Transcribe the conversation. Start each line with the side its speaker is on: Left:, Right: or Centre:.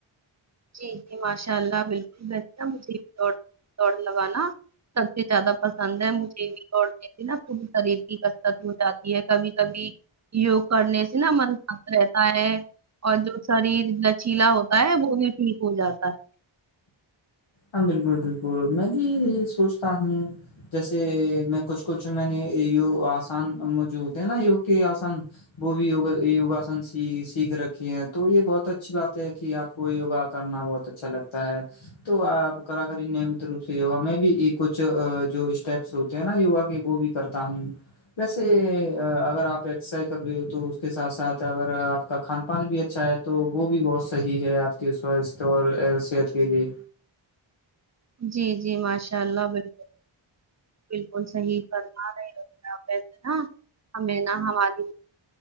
Right: جی جی ماشاء اللہ بالکل بہتر ہے مجھے دو دوڑ لگانا سب سے زیادہ پسند ہے مجھے بھی دوڑ دیتی نا پوری شریر کی کسرت ہو جاتی ہے کبھی کبھی یوگ کرنے سے نا من شانت رہتا ہے اور جو شریر نچیلا ہوتا ہے وہ بھی ٹھیک ہو جاتا ہے
Left: ہاں بالکل بالکل میں بھی سوچتا ہوں جیسے میں کچھ کچھ میں نے یو آسان مو جو ہوتے ہیں نا یوگ کے آسان وہ بھیگا یوگاسن سیکھ رکھے ہیں تو یہ بہت اچھی بات ہے کہ آپ کو یوگا کرنا بہت اچھا لگتا ہے تو آپ کرا کری نیمت روپ سےگا میں بھی کچھ جو اسٹیپس کہ نا یوا کہ وہ بھی کرتا ہی جیسے اگر آپ ایکسرسائز کر رہے ہو تو اس کے ساتھ ساتھ اگر آپ کا کھان پان بھی اچھا ہے تو وہ بھی بہت صحیح ہے آپ کے سواستھ اور صحت کے لیے
Right: جی جی ماشاء اللہ بالکل بالکل صحیح فرما رہےسے نا ہمیں نہا ہماری